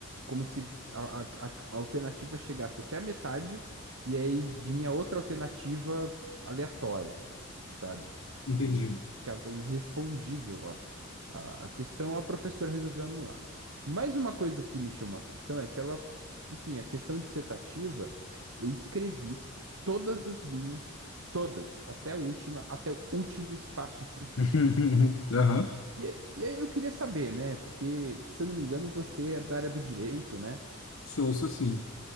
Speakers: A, on the right (about 70°); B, on the left (about 70°).
A: como se a, a- a alternativa chegasse até a metade e aí vinha outra alternativa aleatória, sabe? E
B: Entendi.
A: aí ficava irrespondível a, a, a questão, a professora resolveu anular. Mas uma coisa que me chamou a atenção é que ela, enfim, a questão dissertativa. Eu escrevi todas as linhas, todas, até a última, até o último espaço possível.
B: <laughs> Aham.
A: E, aí- e aí eu queria saber, né? Porque, se eu não me engano, você é da área do direito, né?
B: Sou Ouço assim.